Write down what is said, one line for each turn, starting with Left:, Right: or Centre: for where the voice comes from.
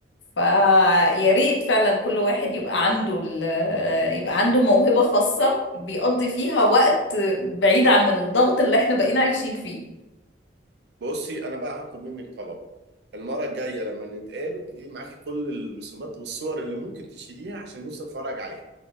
Left: فيا ريت فعلا كل واحد يبقى عنده ال- يبقى عنده موهبة خاصة بيقضي فيها وقت بعيد عن الضغط اللي احنا بقينا عايشين فيه
Right: بصي انا بقى هطلب منك طلب المره الجايه لما نتقابل تجيب معاكي كل الرسومات والصور اللي ممكن تشيليها عشان نفسي اتفرج عليها